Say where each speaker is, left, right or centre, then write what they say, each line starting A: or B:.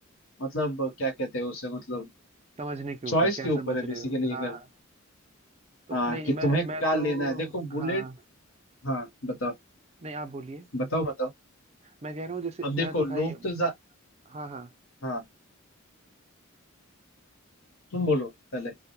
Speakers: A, on the left (about 70°); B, on the right (about 30°).
A: मतलब क्या कहते हैं उसे मतलब
B: समझने के
A: चॉइस
B: ऊपर क्या
A: के ऊपर
B: समझ
A: है
B: रहे
A: बेसिकली
B: हो हाँ हाँ तो
A: हाँ
B: नहीं
A: कि
B: मैं
A: तुम्हें क्या
B: मैं तो
A: लेना है देखो बुलेट
B: हाँ
A: हाँ बताओ
B: नहीं आप बोलिए
A: बताओ बताओ
B: मैं कह रहा हूँ जैसे
A: अब देखो
B: मैं तो
A: लोग
B: भाई
A: तो जा...
B: हाँ हाँ
A: हाँ तुम बोलो पहले